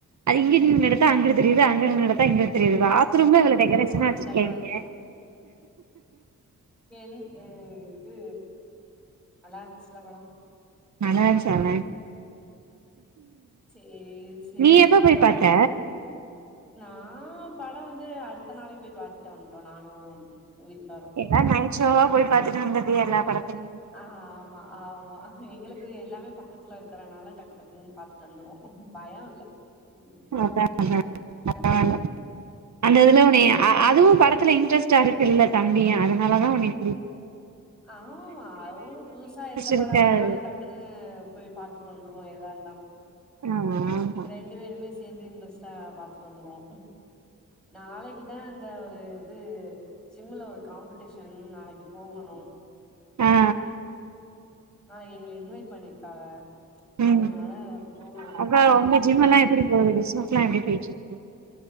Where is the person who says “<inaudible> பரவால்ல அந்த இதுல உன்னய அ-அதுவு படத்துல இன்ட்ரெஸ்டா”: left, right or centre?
Right